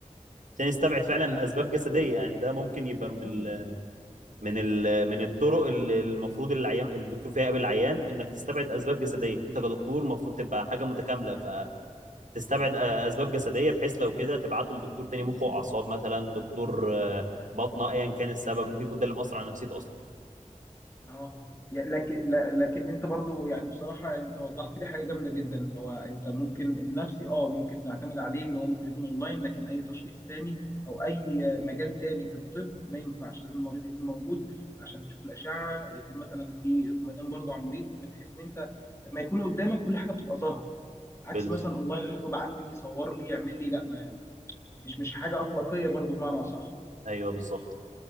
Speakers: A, on the right (about 80°); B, on the left (about 20°).
A: عشان يستبعد فعلا
B: أ-
A: اسباب جسديه يعني ده ممكن يبقى من
B: اكيد
A: ال من ال من الطرق اللي المفروض العيان الدكتور فيها يقابل العيان انك تستبعد اسباب جسديه انت كدكتور المفروض تبقى حاجه متكامله ف تستبعد آه، اسباب جسديه بحيث لو كده تبعته لدكتور تاني مخ واعصاب مثلا دكتور آه، باطنه ايا كان السبب ممكن يكون ده اللي مأثر على نفسيته اصلا
B: اه يعني لكن لا- لكن انت برضو يعني بصراحه يعني انت وضحت لي حاجه جامده جدا اللي هو انت ممكن النفسي اه ممكن نعتمد عليه ان هو ممكن يكون اونلاين لكن اي تشخيص تاني او اي مجال تاني في الطب ما ينفعش لازم المريض يكون موجود عشان نشوف الاشعه يكون مثلا في اطمئنان برضو على المريض من حيث ان انت لما يكون قدامك كل حاجه بتبقى ظاهره
A: بالز...
B: عكس مثلا اونلاين تقول له ابعت لي صور لي اعمل لي لا ما مش مش حاجه اخلاقيه برضو بمعنى اصح
A: ايوه بالظبط